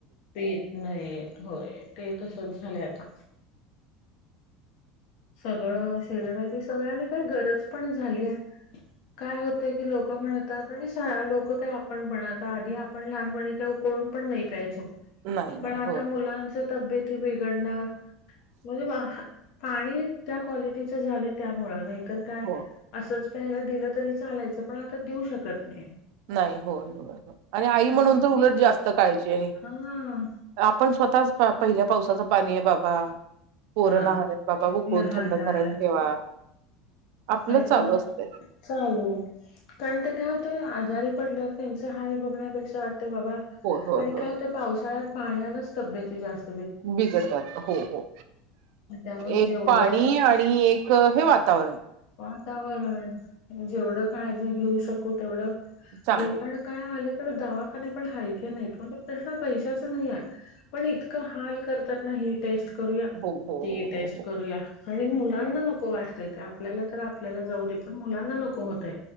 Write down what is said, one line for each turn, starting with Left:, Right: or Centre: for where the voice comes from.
Left: तेेत नाहीेत होय ते तसच झालं आता सगळं शरीराची सगळ आणि काही गरज पण झाली आहे. काय होतंय की लोक म्हणतात आणि लोक काय आपण म्हणत आधी आपण लहानपणी का उकून ण नाही
Right: नाही नाही
Left: पण आता
Right: होय
Left: मुंच तब्येत बिघडणार म्हणजे पाणी त्या क्वालिटीच झाले त्यामुळे नाहीतर काय
Right: हो
Left: असच प्यायला दिलं तरी चालायचं पण आता देऊ शकत नाही
Right: नाही होय होय आणि आई
Left: त्यामुळे
Right: म्हणून तर उलट जास्त काळजी आहे
Left: हा
Right: आपण स्वतःच पहिल्या पावसाचं पाणी आहे बाबा. पोरं
Left: हा
Right: लहान आहेत बाबा उकळून
Left: लहान
Right: थंड करून
Left: आहेत
Right: ठेवा आपलं
Left: नाहीतरल
Right: चालू असतंय
Left: चालू कारण ते काय होतय आ जारी पडलं त्यांच हाल बघण्यापेक्षा वाटत बाबा
Right: होय होय
Left: आणि
Right: होय
Left: काय होत पावसाळ्यात पाण्यालाच तब्येत आहे जास्त
Right: बिघडतात हो हो.
Left: त्यामुळे
Right: एक
Left: जेवढं
Right: पाणी आणि एक हे वातावरण.
Left: वातावरण जेवढं काळजी घेऊ शकू तेवढं
Right: चांगलं
Left: घे पण काय हाल? दवाखाना पण हालक नाही म्हण प्रश्न पैशाच नाय आहे पण इतकं हाल करत नाही.. टेस्ट करूया
Right: हो हो
Left: त
Right: हो
Left: टेस्
Right: हो हो
Left: करूया आणि मुलांना नको वाट आपल्याला तर आपल्याला जाऊ दे पण मुलांना नको होतय.